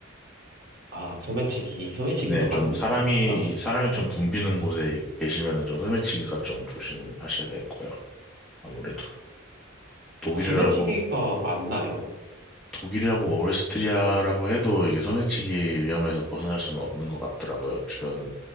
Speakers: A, on the right; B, in the centre.
A: 아 소매치기 소매치기도
B: 네,
A: 많
B: 좀 사람이,
A: 많.
B: 사람이 좀 붐비는 곳에 계시면은 좀 소매치기가 좀 조심하셔야 될 거예요. 아무래도. 독일이라고
A: 어, 소매치기가 맞나요?
B: 독일이라고 오레스트리아라고 해도 이게 소매치기 위험에서 벗어날 수는 없는 것 같더라고요. 주변